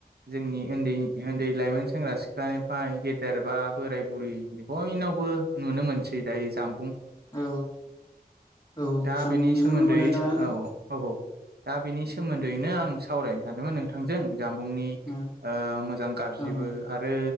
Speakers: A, on the right; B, on the left.
A: जोंनि उन्दै उन्दै लाइमोन सेंग्रा सिख्लानिफ्राय गेदेर बा बोराय बुरि। बयनावबो नुनो मोनसै दायो जाम
B: औ औ
A: दा
B: सानबुंजोंनो
A: बेनि सोमोन्दै
B: माने दा आङो
A: औ औ औ दा बेनि सोमोन्दैनो आं सावरायनो सानदोंमोन नोंथांजों। जामबुंनि
B: ओं
A: ओ मोजां गाज्रिबो
B: ओं
A: आरो